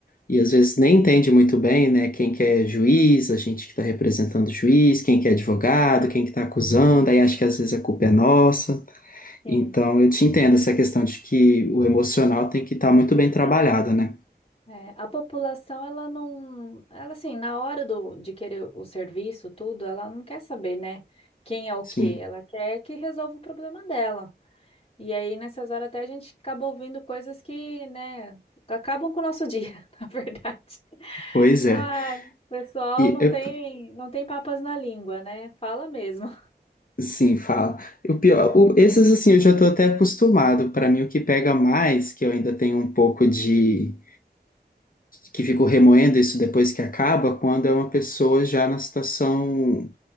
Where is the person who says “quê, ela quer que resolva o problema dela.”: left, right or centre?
Left